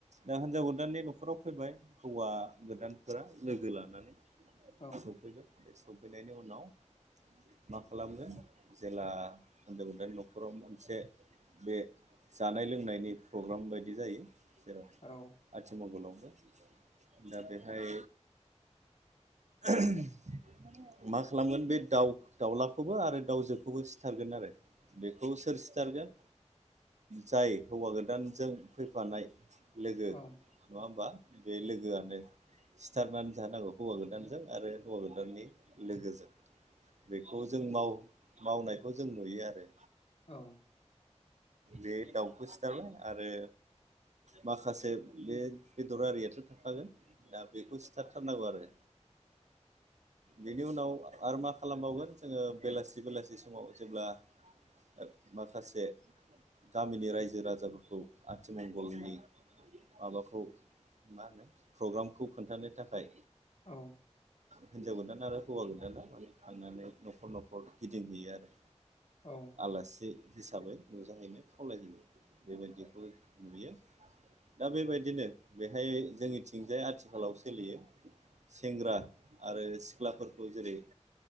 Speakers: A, on the right (about 80°); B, on the left (about 60°).
A: दा हिनजाव गोदानि न'खराव सफैबाय हौवा गोदानफोरा लोगो लानानै
B: औ
A: सफैबाय। बे सौफैनायनि उनाव मा खालामनो जेला होन्जाव गोदाय न'खराव मोनसे बे जानाय लोंनायनि प्रग्राम बायदि जायो। जेराव
B: औ।
A: आथिमंगलावबो। दा बेहाय <inaudible> मा खालामगोन बे दाउ दाउलाखौबो आरो दाउजोखौबो सिथारगोन आरो। बेखौ सोर सिथारगोन जाय हौवा गोदानजों फैफानाय लोगो
B: औ
A: नङा होमबा। बे लोगोआनो सिथारनानै जाहोनांगौ हौवा गोदानजों आरो हौवा गोदाननि लोगोजों। बेखौ जों माव मावनायखौ जों नुयो आरो।
B: औ।
A: बे दाउखौ सिथारबाय आरो माखासे बे बेदर आरियाथ' थाखागोन। दा बेखौ सिथारथारनांगौ आरो। बेनि उनाव आरो मा खालामबावगोन जोङो बेलासि बेलासि समाव जेब्ला ओ माखासे गामिनि रायजो राजाफोरखौ बलनि माबाखौ मा होनो प्रग्रामखौ खोन्थानो थाखाय
B: औ
A: हिनजाव गोदाना आरो हौवा गोदाना माने थांनानै न'खर न'खर गिदिंहैयो आरो
B: औ
A: आलासि हिसाबै नुजाहैनो खावलायहैयो बेबायदिखौ नुयो। दा बेबायदिनो बेहाय जोंनिथिंजाय आथिखालाव सोलियो सेंग्रा आरो सिख्लाफोरखौ जेरै